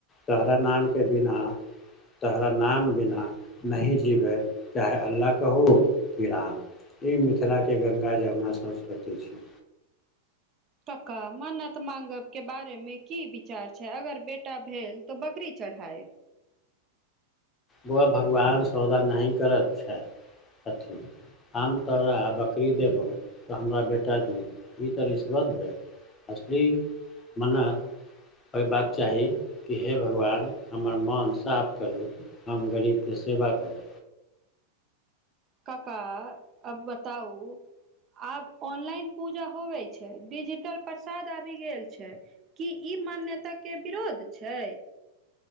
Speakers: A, on the left (about 25°); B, on the right (about 30°).
A: तहरा नामके बिना तोहरा नाम बिना नहि जिबै चाहे अल्लाह कहौ कि राम। ई मिथिलाके गंगा जमुना संस्कृति छी।
B: कका मन्नत माँगयके बारेमे की विचार छै, अगर बेटा भेल तऽ बकरी चढ़ायब
A: बौआ भगवान सौदा नहि करैत छै, छथिन। हम तोरा बकरी देबौ तऽ हमरा बेटा दिअ, ई तऽ रिश्वत भेल। असली मन्नत होयबाक चाही कि हे भगवान हमर मोन साफ करू हम गरीबके सेवा करब।
B: कक्का, अब बताऊ आब ऑनलाइन पूजा होवे छै डिजिटल प्रसाद आबि गेल छै। की ई मान्यताके विरोध छै?